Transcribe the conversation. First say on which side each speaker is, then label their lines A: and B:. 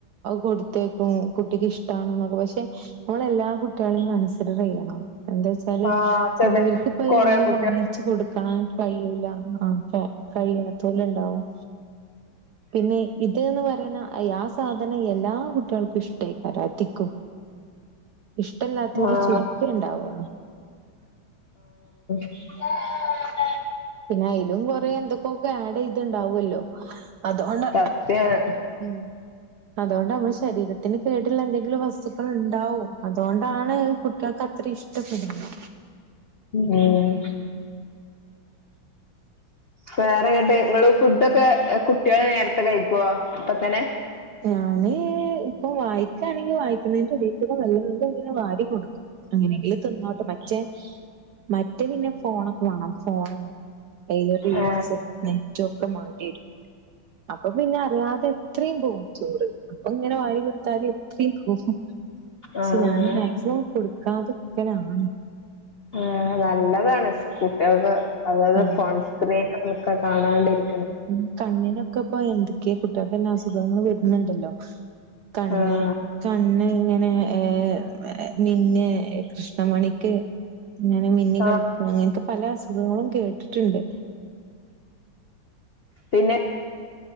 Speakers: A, on the right (about 70°); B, on the left (about 60°).
A: കൊടുത്തേക്കും കുട്ടിക്ക് ഇഷ്ട പക്ഷെ നമ്മളെല്ലാ കുട്ട കുട്ടിയാളീം കൺസിഡർ ചെയ്യണം എന്താ വച്ചാല്
B: ആഹ്
A: ചിലവർക്ക്
B: അതെ
A: ഇപ്പ
B: കൊറേ
A: എന്നും
B: കുട്ടികൾ
A: വാങ്ങിച്ചു കൊടുക്കണം കഴിയൂല ആഹ കഴിയാതോൽ ഇണ്ടാവും പിന്നെ ഇതന്ന് പറയുന്ന ആ സാധനം എല്ലാ കുട്ടികൾക്കും ഇഷ്ട ഇേ കരാത്തിക്കും ഇഷ്ടല്ലാത്ത പോല
B: ആഹ്
A: ചുരുക്ക ഉണ്ടാവ
B: <inaudible>
A: പിന്നെ അയിലും കൊറേ എന്ത്കൊക്കെ ആഡീതണ്ടാവുല്ലോ <inaudible> അതുകൊണ്ട്
B: സത്യാണ്
A: ഉം അതുകൊണ്ട് ഞമ്മള് ശരീരത്തിന് കേട്ള്ള എന്തെങ്കിലും വസ്തു <unintelligible> ഇണ്ടാവും അതുകൊണ്ടാണ് കുട്ടിയേൾക്ക് അത്രെ ഇഷ്ടപ്പെടുന്നത്.
B: ഉം വേറങ്ങട് ഇങ്ങള് ഫുഡൊക്കെ കുട്ടിയേള് നേരത്തെ കഴിക്കോ അപതന്നെ
A: ഞാന് ഇപ്പം വായിക്കയാണെങ്കി വായിക്കുന്നതിന്റെ ഇടയിക്കുടെ വല്ലതൊണ്ട് ഇങ്ങനെ വാരി കൊടുക്കും. അങ്ങനെങ്കിലും തിന്നോട്ടെ മറ്റേ. മറ്റേ പിന്നെ ഫോണൊക്കെ വേണം ഫോണ് അയിൽ റീൽസും
B: ആഹ്
A: നെറ്റൊക്കെ മാണ്ടേരും അപ്പൊ പിന്നെ അറിയാതെ ത്രീംപോവും ചോറ് ഇപ്പങ്ങനെ വാരി കൊടുത്താല് എത്രിം പോകും
B: ആഹ്
A: ക്ഷെ ഞാൻ മാക്സിമം കൊട്ക്കാതെ ക്കലാണ്
B: ആ നല്ലതാണ് സ് കുട്ടെൾക്ക് അതായത്
A: ഉം
B: ഫോൺസ്ക്രീൻ ആൺ ക്കെ കാണാണ്ടിരി
A: ഉം കണ്ണിനൊക്ക ഇപ്പൊ എന്തൊക്കെ ഫുഡാ അതെന്നെ അസുഖങ്ങൾ വര്ൻ ഇണ്ടല്ലോ കണ്ണ്
B: ആഹ്
A: കണ്ണ് ഇങ്ങനേ ഏ മ്എ നിന്നെ കൃഷ്ണമണിക്ക് ഇങ്ങനെ മിന്നി കളിക്ക്ണെ
B: ആഹ്
A: അങ്ങനെ ഒക്കെ പല അസുഖങ്ങളും കേട്ട് ട്ട്ണ്ട്
B: പിന്നെ